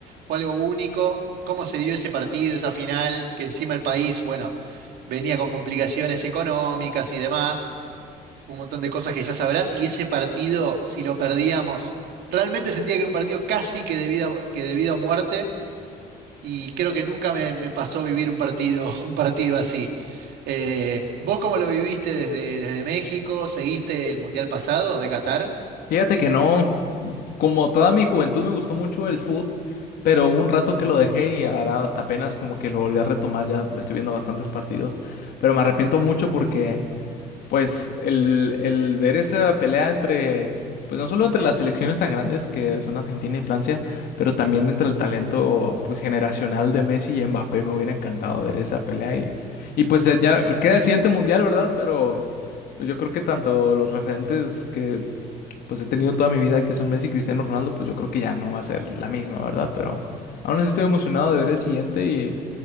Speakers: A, on the right; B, on the left.
A: fue algo único. Cómo se dio ese partido, esa final, que encima el país, bueno, venía con complicaciones económicas y demás un montón de cosas que ya sabrás, y ese partido, si lo perdíamos, realmente sentía que era un partido casi que de vida, que de vida o muerte, y creo que nunca me, me pasó vivir un partido, <laughs> un partido así. Eh, ¿vos cómo lo viviste desde, desde México? ¿Seguiste el Mundial pasado de Qatar?
B: Fíjate que no, como toda mi juventud me gustó mucho el fútbol, pero hubo un rato que lo dejé y ahora hasta apenas como que lo volví a retomar, ya estoy viendo bastantes partidos, pero me arrepiento mucho porque Pues el, el ver esa pelea entre, pues no solo entre las selecciones tan grandes que son Argentina y Francia, pero también entre el talento pues generacional de Messi y Mbappé, me hubiera encantado ver esa pelea y, y pues eh, ya queda el siguiente mundial, ¿verdad? Pero pues yo creo que tanto los referentes que pues he tenido toda mi vida, que son Messi y Cristiano Ronaldo, pues yo creo que ya no va a ser la misma, ¿verdad? Pero aún así estoy emocionado de ver el siguiente y,